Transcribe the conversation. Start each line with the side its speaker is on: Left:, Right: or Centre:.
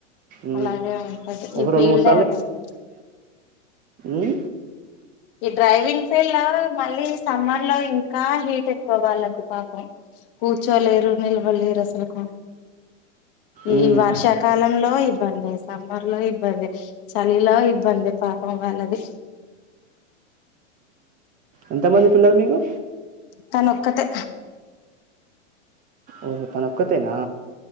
Right: ఉమ్.
Left: అలాగే ఉంటంది
Right: ఒక
Left: ఈ
Right: రెండు
Left: ఫీల్డ్
Right: మూడు
Left: ఏంట
Right: ఈ
Left: డ్రైవింగ్ ఫీల్డ్ లో మళ్ళీ సమ్మర్ లో ఇంకా హీట్ ఎక్కువ వాళ్ళకు పాపం కూర్చోలేరు నిల్వ లేరు అసలులకు
Right: ఉమ్,
Left: ఈ వర్షాకాలంలో ఇబ్బంది సమ్మర్లా ఇబ్బంది చలిలా ఇబ్బంది పాకం వాళది
Right: ఎంతమంది పిల్లలు మీకు
Left: తను ఒక్కతే
Right: ఓహ తనకతేనా